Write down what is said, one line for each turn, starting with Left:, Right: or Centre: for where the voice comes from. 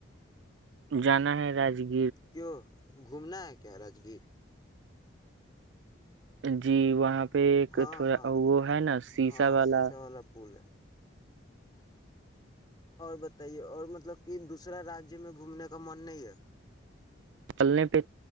Right: جانا ہے راجگ
Left: کیوں گھومنا ہے کیاراج گ
Right: جی وہاں پہ ایک
Left: ہاں
Right: تھوڑا
Left: ہاں
Right: وہ ہے نا سیسا
Left: ہاں ہاں
Right: والا
Left: شیشا پل ہے اور بتائیے اور مطلب کہ دوسرا رجیہ میں گھومنے کا من نہیں ہے
Right: چلنے پہ